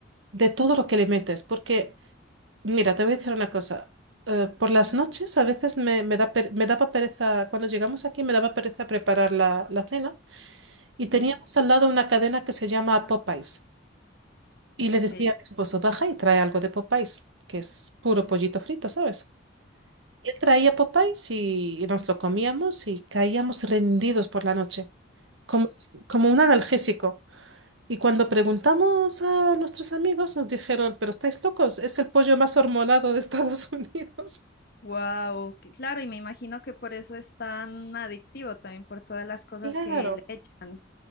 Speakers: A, on the right; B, on the left.
A: de todo lo que le metes, porque... Mira, te voy a decir una cosa. Eh, por las noches a veces me, me da per- me daba pereza, cuando llegamos aquí me daba pereza preparar la, la cena y
B: Sí.
A: teníamos al lado una cadena que se llama Popeyes. Y le
B: Ok.
A: decía a mi esposo, baja y trae algo de Popeyes, que es puro pollito frito, ¿sabes? Y él traía Popeyes y, y nos lo comíamos y caíamos rendidos por la noche, como, si- como un analgésico. Y cuando preguntamos a nuestros amigos nos dijeron, pero estáis locos, es el pollo más hormonado de Estados <laughs> Unidos.
B: Wow, claro, y me imagino que por eso es tan adictivo también por todas las cosas
A: Claro,
B: que le echan.